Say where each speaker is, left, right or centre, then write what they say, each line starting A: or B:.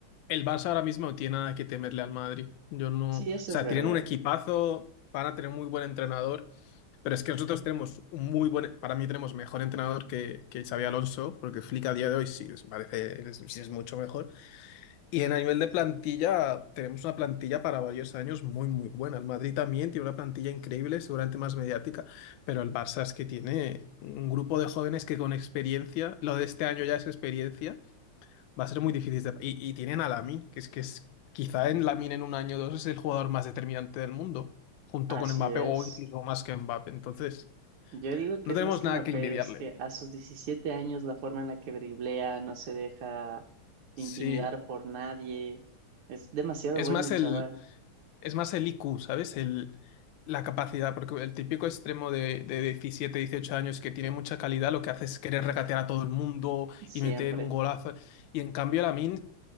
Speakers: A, on the left; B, on the right.
A: el Barça ahora mismo no tiene nada que temerle al Madrid. Yo no,
B: Sí,
A: o
B: eso
A: sea,
B: es verdad.
A: tienen un equipazo, van a tener un muy buen entrenador, pero es que nosotros tenemos un muy buen, para mí tenemos mejor entrenador que, que Xavi Alonso, porque Flick a día de hoy sí, es- parece, es, sí es mucho mejor. Y en a nivel de plantilla, tenemos una plantilla para varios años muy, muy buena. El Madrid también tiene una plantilla increíble, seguramente más mediática, pero el Barça es que tiene un grupo de jóvenes que con experiencia, lo de este año ya es experiencia, va a ser muy difícil de... Y, y tienen a Lamine, que es que es, quizá en Lamine en un año o dos es el jugador más determinante del mundo, junto
B: Así
A: con Mbappé
B: es.
A: o incluso más que Mbappé. Entonces,
B: Yo digo que
A: no
B: es
A: tenemos
B: más que
A: nada
B: Mbappé,
A: que envidiarle.
B: es que a sus 17 años la forma en la que driblea, no se deja
A: Sí,
B: intimidar por nadie. Es demasiado
A: es
B: bueno
A: más
B: el
A: el...
B: chaval,
A: Es más el IQ, ¿sabes? El, la capacidad, porque el típico extremo de, de 17 18 años que tiene mucha calidad, lo que hace es querer regatear a todo el mundo
B: siempre.
A: y meter un golazo. Y en cambio, Lamin